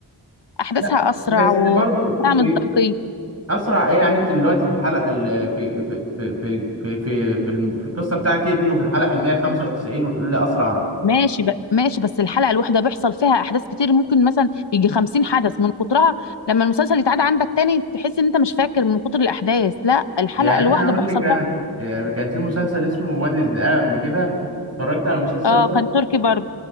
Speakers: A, on the left; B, on the right.
A: احداثها
B: لا
A: اسرع
B: بس
A: وفيها
B: برضو بي...
A: مصداقيه
B: اسرع ايه يعني انت دلوقتي في الحلقه ال... في في في في في في, في, الم- في القصه بتاعت ابنه في الحلقه ال 195 وتقول لي اسرع
A: ماشي ب... ماشي بس الحلقة الواحدة بيحصل فيها أحداث كتير ممكن مثلا يجي خمسين حدث من كترها لما المسلسل يتعاد عندك تاني تحس إن أنت مش فاكر من كتر الأحداث لا الحلقة
B: يعني
A: الواحدة
B: انا هقول
A: بيحصل
B: لك أنا.
A: فيها
B: آه، كان في مسلسل اسمه وادي الذئاب قبل كده اتفرجت على المسلسل
A: آه
B: ده
A: كان تركي برضه